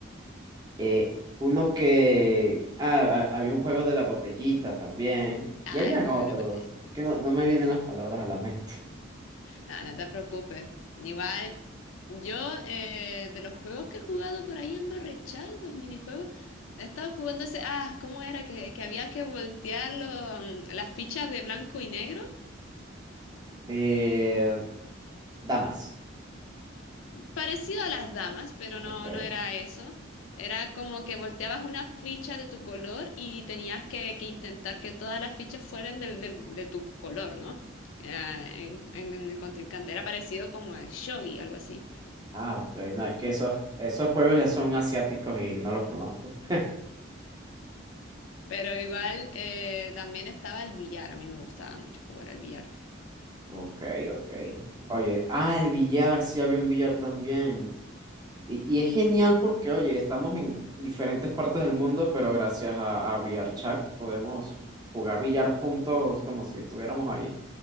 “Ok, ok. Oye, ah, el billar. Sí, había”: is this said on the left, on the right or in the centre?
Right